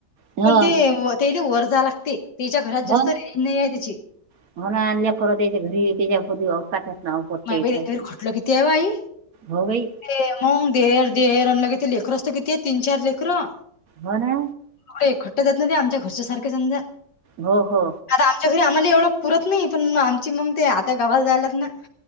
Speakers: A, on the right (about 55°); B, on the left (about 80°).
A: हो
B: पण ते ते वर जावे लागते त्याच्या घरात
A: हो
B: जास्त रेंज नाही आहे त्याची
A: <unintelligible>
B: यावेळी
A: यायचं
B: खोटल किती आहे बाई
A: हो बाई
B: ते मग देर देर अनला किती लेकरं असतो किती तीन चार लेकरं
A: हे ना
B: ते खट्ट घातलेले आमच्या घरच्या सारख्या समजा
A: हो हो
B: आता आमच्या घरी आम्हाला एवढं पुरत नाही पण आमची मग ते आता गावाला जायलात ना